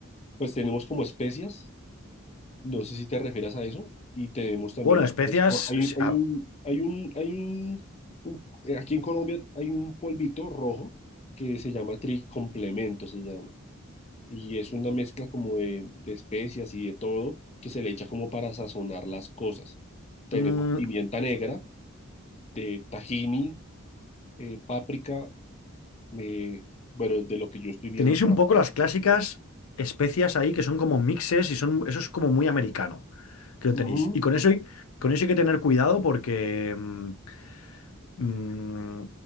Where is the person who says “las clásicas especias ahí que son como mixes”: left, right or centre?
Left